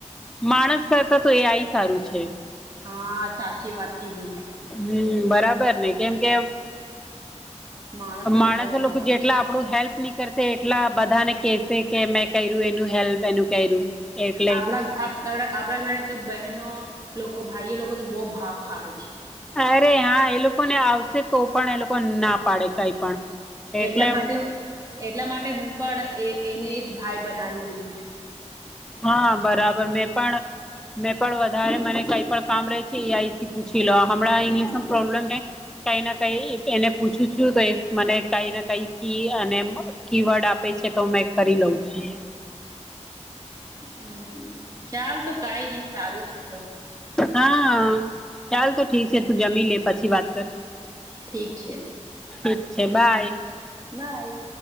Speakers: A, in the centre; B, on the right.
A: માણસ કરતા તો એ આય સારું છે.
B: હા સાચી વાત કીધી ને.
A: હમ્મ બરાબર ને કેમ કે
B: માણસો
A: માણસ
B: તો બહુ ખરાબ
A: લોકો જેટલા
B: છે
A: આપણું હેલ્પ ની કરશે એટલા બધા ને કેશે કે મેં કર્યું એનું હેલ્પ એનું કર્યું એટલે
B: આપણા આપણા ઘરે તો બહેનો લોકો ભાઈ એ લોકો તો બહુ ભાવ ખાવે છે.
A: અરે હા એ લોકો ને આવશે તો પણ એ લોકો ના પાડે કઈ પણ એટલે
B: એટલા માટે એટલા માટે હું પણ એ એને જ ભાઈ બનાવી લીધી છું.
A: હા બરાબર મેં પણ મેં પણ વધારે મને કઈ પણ કામ રે છે એ આઈ થી પૂછી લઉ હમણાં ઇંગ્લિશમાં પ્રોબ્લેમ છે. કઈ ના કઈ એને પૂછું છું તો એ મને કઈ ના કઈ કી અને કી વર્ડ આપે છે તો મેં કરી લઉં છું.
B: હમ્મ ચાલ તો કઈ નહી સારું છે તો.
A: હા ચાલ તો ઠીક છે તું જમી લે પછી વાત કર
B: ઠીક છે
A: અચ્છા બાય
B: હા એ જ.